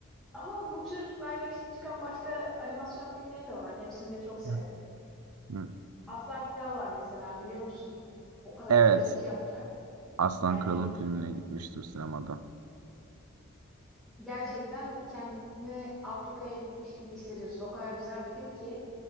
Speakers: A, in the centre; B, on the right.
A: Ama bu tür live action çıkan başka animasyon filmleri de var. Hepsini de çok severim.
B: <laughs> Hı.
A: Aslan Kral var mesela biliyor musun? O kadar
B: Evet.
A: gerçekçi yapmışlar ki.
B: Aslan
A: Yani
B: Kral'ın filmine gitmiştim sinemada.
A: gerçekten kendini Afrika'ya gitmiş gibi hissediyorsun. O kadar güzel bir film ki.